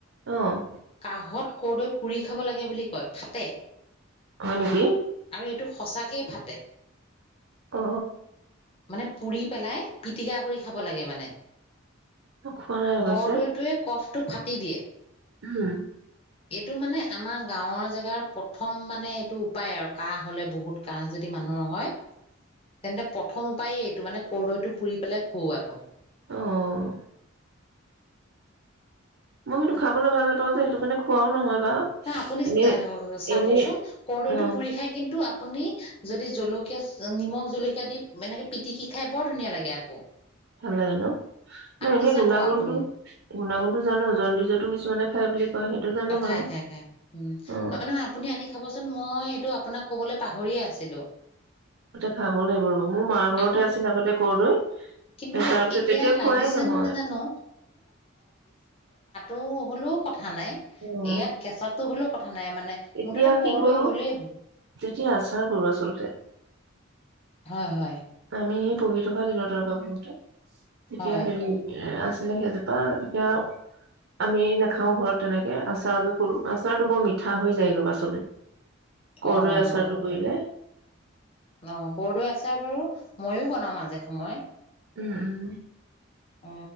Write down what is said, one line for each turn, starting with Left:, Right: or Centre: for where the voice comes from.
Right: অ',
Left: কাহত কৰদৈ পুৰি- খাব লাগে বুলি কয়, ফাটে।
Right: হয় নেকি।
Left: সেইটো সঁচাকে ফাঁটে।
Right: অ।
Left: নে পুৰি পেলাই, পিটিকা কৰি- খাব লাগে মানে।
Right: খোৱা নাই অৱশ্যে।
Left: কৰদৈটোয়ে কফ, টো ফাটি দিয়ে।
Right: উম।
Left: এইটো মানে আমাৰ গাঁৱৰ জেগাৰ প্ৰথম মানে এইটো উপায় আৰু কাঁহ হলে বহুত কাঁহ যদি মানুহ, ন হয় তেন্তে প, প্ৰথম উপায়ে এইটো মানে কৰদৈটো পুৰি পেলাই, পৱাটো
Right: অঁ। মই কিন্তু খাবলৈ ভাল নাপাও যে সেইটো কাৰণে খোৱাও নহয়। বাৰু।
Left: না আপুনি
Right: এনেই
Left: চাবচোন
Right: এনেই
Left: কৰদৈটো
Right: অ',
Left: পুৰি খাই কিন্তু, আপুনি যদি জলকীয়া নিমখ জলকীয়া দি এনেকে পিটিকি খাই বৰ ধুনীয়া লাগে আকৌ,
Right: ভাল লাগে ন, নাই
Left: আপুনি
Right: এনে
Left: চাব
Right: গুণাগুণ
Left: আপুনি
Right: টো গুণাগুণ টো জানো জণ্ডিজটো কিছুমানে খাই বুলি, কয় সেইটো জানো
Left: অ
Right: বাৰু।
Left: খাই খাই খাই উম
Right: অ',
Left: নহয় নহয় আপুনি আনি খাবচোন মই এইটো আপোনাক। ক'বলে পাহৰিয়ে আছিলো।
Right: খাব লাগিব ৰ'ব মোৰ মাৰ ঘৰতে
Left: আপুনি
Right: আছিল আগতে কৰদৈ
Left: কিন্তু
Right: তাৰ পিছত
Left: এতিয়া
Right: তেতিয়া
Left: লাগিছে
Right: খোৱাই নহয়।
Left: নাজানো উ হ'লেও কথা নাই,
Right: অ',
Left: ইয়াত কেঁচাটো হ'লেও কথা নাই, মানে
Right: এতিয়া
Left: মুঠতে কৰদৈ
Right: কি কৰো
Left: হলেই হ'ল
Right: তেতিয়া আচাৰ কৰো আচলতে।
Left: হয় হয়।
Right: আমি সেই পঢ়ি থকা তিনিশ টকা বতে, তেতিয়া
Left: হয়
Right: হেৰি আছে আছিলে সেইজোপা তেতিয়া আমি নাখাও ঘৰত তেনেকে আচাৰে কৰো আচাৰতটো বৰ মিঠা হৈ যায় গৈ পাছলৈ। কৰদৈ
Left: অ',
Right: আচাৰটো কৰিলে।
Left: অ কৰদৈ আছাৰ বাৰু মইয়ো বনাও মাজে সময়।
Right: উম উম।
Left: অ